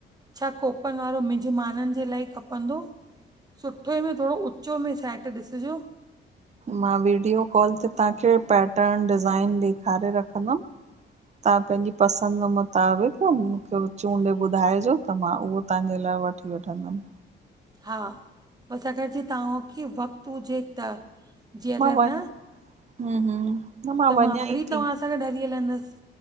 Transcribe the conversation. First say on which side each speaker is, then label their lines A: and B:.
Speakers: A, on the right; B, on the right.
A: छ कोपन वारो मिजमाननि जे लाइ खपंदो सुठे में थोड़ो उचे में सैट ॾिसिजो।
B: मां वीडियो कॉल ते तांखे पैटर्न डिज़ाइन ॾेखारे रखंदमि तां पंहिंजी पसंदि मुताबिक़ मूंखे चूंड ॿुधाइजो त मां उहो तांजे लाइ वठी वठंदमि
A: हा बसि अगरि जे तव्हांखे वक़्तु हुजे त जे अॻरि
B: मां वञ
A: न
B: हूं हूं न
A: त
B: वञा
A: मां वरी
B: ई थी।
A: तव्हां हां गॾु ह भी हलंदसि